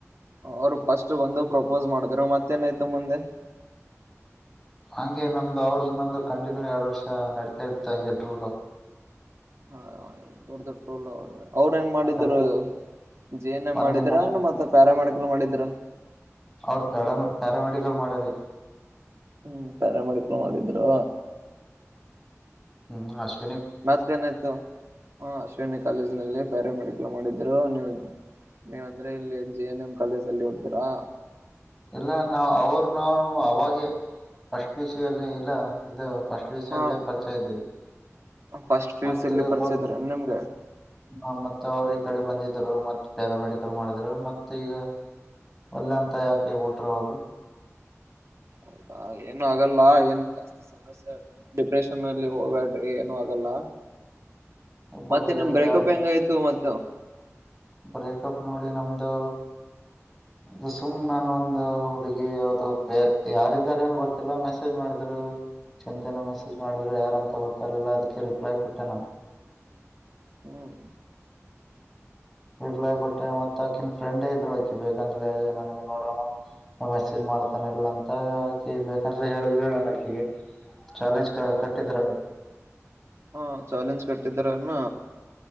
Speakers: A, on the right (about 60°); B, in the centre.
A: ಅವ್ರು ಫಸ್ಟ್ ಒಂದು ಪ್ರಪೋಸ್ ಮಾಡಿದ್ರು ಮತ್ತೇನಾಯ್ತು ಮುಂದೆ
B: ಹಂಗೆ ನಮ್ದು ಅವ್ರದ್ದು ನಮ್ದು ಕಂಟಿನ್ಯೂ ಎರಡು ವರ್ಷ ನೆಡಿತಾ ಇತ್ತು ಟ್ರೂ ಲವ್
A: ಹಾ ಟ್ರೂ ಲವ್ ಅವ್ರ ಏನ್ ಮಾಡಿದರು
B: ಮಾತಾಡಿ
A: ಜಿ ಎಂ
B: ಒಂದಿನ
A: ಮಾಡಿದ್ರ ಮತ್ತ ಪ್ಯಾರಾಮೆಡಿಕಲ್ ಮಾಡಿದ್ರ
B: ಅವ್ರ ಪ್ಯಾರ ಪ್ಯಾರಾಮೆಡಿಕಲ್ ಮಾಡ್ಯರಿ
A: ಹ್ಮ್ ಕರೆ ಮಾಡಿಕೊಂಡ ಮಾಡಿದ್ರು
B: ಹ್ಮ್ ಆಸು
A: ಮತ್ತ ಏನಾಯ್ತು ಹ ಅಶ್ವಿನಿ ಕಾಲೇಜ್ಲ್ಲಿ ಪ್ಯಾರ ಮೆಡಕ್ಲ್ ಮಾಡಿದ್ರು ನೀವು ನೀವಂದ್ರೆ ಇಲ್ಲಿ ಜಿ ಎನ್ ಎಂ ಕಾಲೇಜ್ ಅಲ್ಲಿ ಓದ್ತೀರಾ
B: ಇಲ್ಲ ನಾ ಅವರು ನಾ ಅವಾಗೆ ಸ್ ಪಿಸಿಯಲ್ಲಿ ಇಲ್ಲ ಇದು ಅಷ್ಟಟ್ ವಿಷಯಲ್ಲೇ
A: ಹ
B: ಪರಿಚಯ ಇದ್ದೀವಿ
A: ಫಸ್ಟ್ ಪಿ
B: ಮತ್ತೆ
A: ಯು ಸಿ ಅಲ್ಲಿ ಪರಿಚಯ
B: ಹ
A: ಇದ್ರ ನಿಮ್ಗೆ
B: ಮತ್ತೆ ಅವ್ರ ಈ ಕಡೆ ಬಂದ ಮತ್ತ ಪ್ಯಾರಾಮೆಡಿಕಲ್ ಮಾಡಿದ್ರು ಮತ್ತೆ ಈಗ ಒಲ್ಲೆಂತ ಯಾ ಕೆ ಟ್ರ ಅವರು
A: ೌದಾ ಏನು ಆಗಲ್ಲ ಏನ್ ಜಾಸ್ತಿ ಸಮಸ್ಯೆ ಡಿಪ್ರೆಷನ್ ಅಲ್ಲಿ ಹೋಗಬ್ಯಾಡ್ರಿ ಏನು ಆಗಲ್ಲ
B: ಒಬ್ಬೊಟ್ಟಿಗಿರಿಂದ
A: ಮತ್ತೆ ನಿಮ್ ಬ್ರೇಕಪ್
B: ಎರಡು
A: ಹೆಂಗಾಯ್ತು ಮ
B: ಬ್ರೇಕಪ್ ನೋಡಿ ನಮ್ದು ಅದು ಸುಮ್ನೆ ನಾನು ಒಂದು ಹುಡುಗಿ ಅದು ಬೇರೆ ಯಾರಾರ ಏನು ಗೊತ್ತಿಲ್ಲ ಮೆಸೇಜ್ ಮಾಡ ರು ಚಿಂತೆನ ಮೆಸೇಜ್ ಮಾಡಿದ್ರು ಯಾರಂತ ಗೊತ್ತಾಗ್ಲಿಲ್ಲ ಅದಕ್ಕೆ ರಿಪ್ಲೈ ಕೊಟ್ಟೆ ನಾನು
A: ಹ್ಮ್
B: ರಿಪ್ಲೈ ಕೊಟ್ಟೆ ಮತ್ತ ಅಕ್ಕಿನ ಫ್ರೆಂಡೇ ಇದ್ಳು ಅಕ್ಕಿ ಬೇಕಂದಲ ನನ್ ನೋಡಮ್ಮ ಮೆಸೇಜ್ ಮಾಡ್ತಾನಲ್ಲ ಅಂತ ಆಾಕಿ ಬೇಕಂದ್ರ ಹೇಳುದ್ೆನ ಅಕ್ಕಿಗೆ ಚಾಲೆಂಜ್ ಕಟ್ಟಿದರರು
A: ಹಾ ಚಾಲೆಂಜ್ ಕಟ್ಟಿದಾರನ್ನ